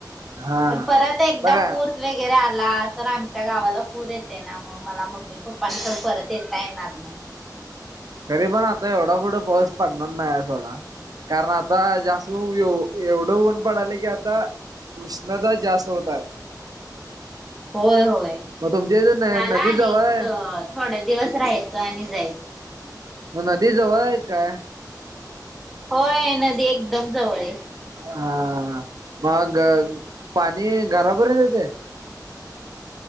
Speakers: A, on the right; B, in the centre.
A: हा
B: पण परत एकदा
A: बघा
B: पूर. वगरे आला तर आमच्या गावाला पूर येते ना मंग. मला मम्मी पप्पांकडे परत येता येणार नाही.
A: तरी पण आता येवढा, कुठं पाऊस पडणार नाही सोडा. कारण आता जास् एवढं ऊन पडले की आता. उष्णता जास्त होतय.
B: होय होय
A: मग तुमच्या इथे
B: ला
A: नदी जवळ
B: न एक
A: आहे
B: तर. थोड दिवस राहायचं आणि जायच.
A: मगं नदी जवळ आहे काय.
B: होय. नदी एकदम जवळ ये.
A: हां.. मग पाणी घरापर्यंत येतंय.